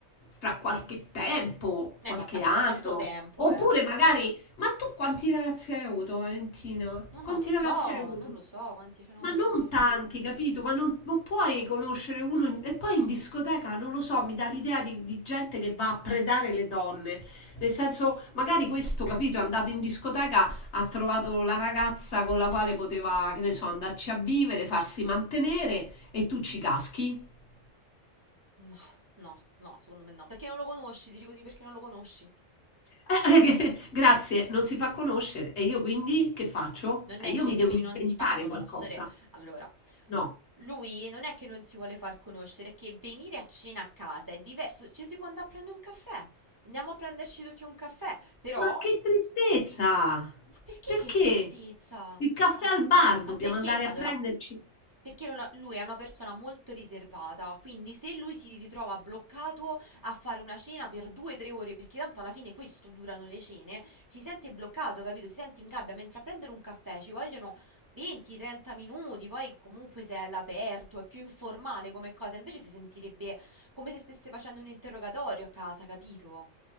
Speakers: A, on the left (about 60°); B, on the right (about 20°).
A: fra qualche tempo,
B: Eh,
A: qualche
B: ma ta-
A: anno,
B: tanto tempo,
A: oppure
B: eh.
A: magari ma tu quanti ragazzi hai avuto, Valentina?
B: No, non
A: Quanti
B: lo so,
A: ragazzi hai avuto?
B: non lo so quanti ce ne ho
A: Ma
B: avuti.
A: non tanti, capito? Ma non, non puoi conoscere uno. in- E poi in discoteca, non lo so, mi dà l'idea di, di gente che va a predare le donne. Nel senso, magari questo, capito, è andato in discoteca, ha trovato la ragazza con la quale poteva, che ne so, andarci a vivere, farsi mantenere e tu ci caschi. <laughs>
B: Ma no, no, secondo me no. Perché non lo conosci? Dici così perché non lo conosci?
A: Eh, eh, che- grazie, non si fa conoscere. E io quindi che faccio?
B: Non
A: E
B: è
A: io
B: che
A: mi
B: lui
A: devo inventare
B: non si fa conoscere.
A: qualcosa.
B: Allora,
A: No.
B: lui non è che non si vuole far conoscere, è che venire a cena a casa è diverso. Ci si può andare a prendere un caffè. Andiamo a prenderci tutti un caffè. Però,
A: Ma che tristezza!
B: ma perché
A: Perché?
B: che tristezza?
A: Il caffè al bar
B: Ma
A: dobbiamo
B: perché
A: andare
B: allora?
A: a prenderci.
B: Perché non ha- lui è una persona molto riservata, quindi se lui si ritrova bloccato a fare una cena per due o tre ore, perché tanto alla fine questo durano le cene, si sente bloccato, capito? Si sente in gabbia, mentre a prendere un caffè ci vogliono 20-30 minuti, poi comunque se è all'aperto, è più informale come cosa, invece si sentirebbe come se stesse facendo un interrogatorio a casa, capito?